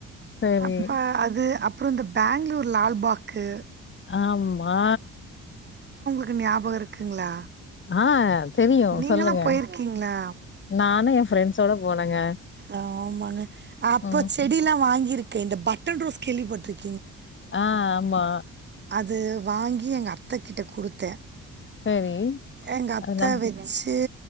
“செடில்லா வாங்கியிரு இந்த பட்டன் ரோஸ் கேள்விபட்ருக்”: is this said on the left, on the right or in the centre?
Right